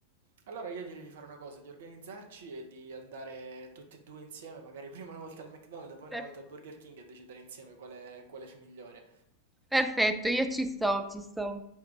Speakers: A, on the right; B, in the centre.
A: Allora io direi di fare una cosa, di organizzarci e di andare tutti e due insieme, magari prima una volta al McDonald's, poi una
B: Per-
A: volta al Burger King e decidere insieme qual è, qual è il migliore.
B: Perfetto, io ci sto, ci sto.